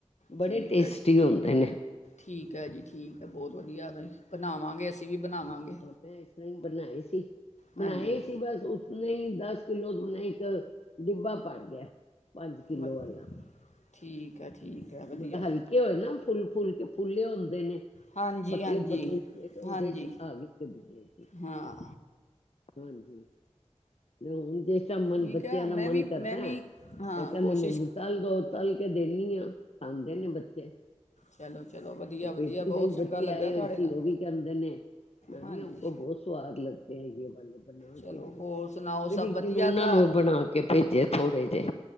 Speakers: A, on the left (about 60°); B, on the left (about 80°).
A: ਬੜੇ
B: ਠੀਕ
A: ਟੇਸਟੀ
B: ਹੈ ਜੀ
A: ਹਦੇ
B: ਠੀਕ ਹੈ ਜੀ ਠੀਕ ਹੈ ਬਹੁਤ ਵਧੀਆ ਬਣਾਵਾਂਗੇ ਅਸੀਂ ਵੀ ਬਣਾਵਾਂਗੇ
A: ਹ ਮੈਂ ਇਸ ਤਰ ਹੀ ਬਣਾਏ ਸੀ ਬਣਾਏ
B: ਹਾਂਜੀ
A: ਹੀ ਸੀ ਬਸ ਨਹੀਂ ਦਸ ਕਿੱਲੋ ਤੋਂ ਬਨਾ ਇੱਕ ਡਿਬਾ ਪੜ ਗਿਆ ਪੰਜ ਕਿੱਲੋ
B: ਬ
A: ਵਾਲਾ
B: ਠੀਕ ਹੈ ਠੀਕ ਹੈ ਵਧੀਆ
A: ਮਤਲਬ ਹਲਕੇ ਹੋਏ ਨਾ ਫੁੱਲ ਫੁੱਲ ਕੇ ਫੁੱਲੇ ਹੁੰਦੇ ਨੇ
B: ਹਾਂਜੀ
A: ਪਤਲੇ
B: ਹਾਂਜੀ
A: ਪਤਲੇ ਤੇ ਉਹਦੇ
B: ਹਾਂਜੀ
A: ਚ ਆ ਗ ਕ ਪਈ
B: ਹਾਂ
A: ਹਾਂਜੀ ਮੁ ਜੇ ਾ ਮਨ
B: ਠੀਕ
A: ਬੱਚਿਆਂ
B: ਹੈ
A: ਦਾ
B: ਮੈਂ
A: ਮਨ
B: ਵੀ
A: ਕਰਦਾ
B: ਮੈਂ ਵੀ ਹਾਂ
A: ਤੇ ਕਹਿੰਦੇ
B: ਕੋਸ਼ਿਸ਼
A: ਮੰਮੀ ਤੱਲ ਦੋ ਤਲ ਕੇ ਦਿੰਦੀ ਹਾਂ ਆਉਂਦੇ ਨੇ ਬੱਚੇ
B: ਚਲੋ ਚਲੋ ਵਧੀਆ
A: ਉਹ ਬੇਟੀ
B: ਵਧੀਆ ਬਹੁਤ
A: ਦੇ ਵੀ
B: ਚੰਗਾ
A: ਬੱਚੇ
B: ਲੱਗਾ
A: ਆਏ ਹੋਏ
B: ਤੁਹਾਡੇ
A: ਸੀ
B: ਨਾਲ
A: ਉਹ ਵੀ ਕਰਦੇ ਨੇ ਨਾਨੀ
B: ਹਾਂਜੀ
A: ਅਕ ਬਹੁਤ ਸਵਾਦ ਲੱਗਦਾ ਤੇਗੀ ਬੱਲ ਬਣਾ
B: ਚਲੋ
A: ਕੇ ਦਿਓ
B: ਹੋਰ ਸੁਣਾਓ
A: ਫਿਰ
B: ਸਭ
A: ਇੱਕ
B: ਵਧੀਆ
A: ਦਿਨ ਉਹਨਾਂ
B: ਘਰ
A: ਨੂੰ ਬਣਾ ਕੇ ਭੇਜਿਆ ਥੋੜੇ ਤੇ